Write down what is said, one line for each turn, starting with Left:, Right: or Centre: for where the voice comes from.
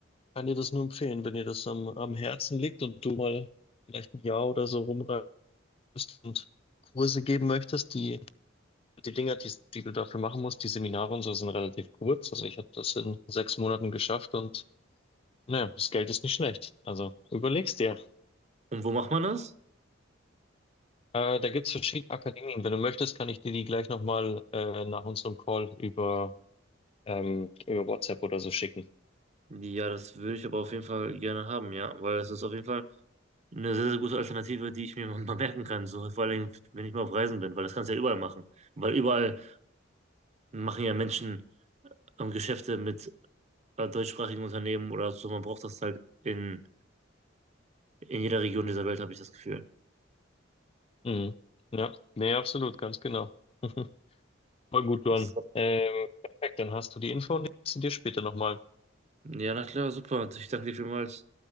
Left: kann dir das nur empfehlen, wenn dir das am, am Herzen liegt und du mal vielleicht ein Jahr oder so rumreist und Kurse geben möchtest. Die, die Dinger, die, die du dafür machen musst, die Seminare und so sind relativ kurz. Also ich habe das in sechs Monaten geschafft und naja, das Geld ist nicht schlecht. Also überleg's dir.
Right: Und wo macht man das?
Left: Äh, da gibt es verschiedene Akademien. Wenn du möchtest, kann ich dir die gleich nochmal äh, nach unserem Call über, ähm, über WhatsApp oder so schicken.
Right: Ja, das würde ich aber auf jeden Fall gerne haben, ja, weil es ist auf jeden Fall eine sehr, sehr gute Alternative, die ich mir <laughs> mal merken kann, so vor allem, wenn ich mal auf Reisen bin, weil das kannst du ja überall machen, weil überall machen ja Menschen ähm, Geschäfte mit bei deutschsprachigen Unternehmen oder so. Man braucht das halt in, in jeder Region dieser Welt, habe ich das Gefühl.
Left: Mhm. Ja, nee, absolut, ganz genau. <laughs> Voll gut, Luan.
Right: Das,
Left: Ähm, perfekt, dann hast du die Info und liest sie dir später nochmal.
Right: Ja, na klar, super. Ich danke dir vielmals.